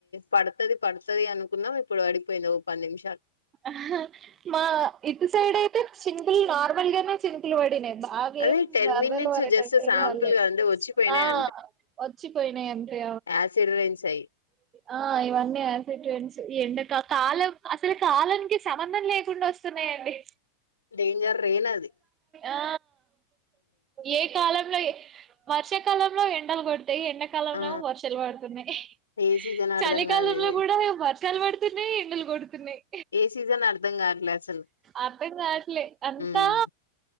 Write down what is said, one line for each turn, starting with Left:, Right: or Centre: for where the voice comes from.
Left: పడుతది పడుతది అనుకున్నాం ఇప్పుడు పడిపోయింది ఒక పది నిమిషాలు
Right: హ మా ఇటు సైడ్ అయితే చినుకుల్ నార్మల్గానే చినుకులు పడినయి బా ఆ గేమ్
Left: అదే టెన్
Right: వరదల
Left: మినిట్స్
Right: పడేటట్టు
Left: జస్ట్ శాంపుల్
Right: రాలే
Left: గా అంతే వచ్చిపోయినాయి
Right: ఆ వచ్చిపోయినయంతే
Left: ఆసిడ్ వెన్ సై
Right: ఆ ఎవన్నీ ఆసటెండ్స్ ఎండకా కాలం అసలు కాలానికి సంబంధం లేకుండా వస్తున్నాయండి
Left: డేంజర్ రేన్ అది
Right: ఆ ఏ కాలంలో వర్షాకాలంలో ఎండలు పడు ఇ ఎండాకాలంలో
Left: ఆ
Right: ఏమో వర్షాలు పడుతున్నాయి
Left: ఏ సీజన్ అర్ధం
Right: చలికాలంలో
Left: కాదు ఇది
Right: కూడా ఇగ వర్షాలు వర్షాలు పడుతున్నాయి ఎండలు కొడు తున్నాయి
Left: ఏ సీజన్ అర్ధం కావట్లే అసలు
Right: అర్థం కావట్లే అంతా
Left: ఉమ్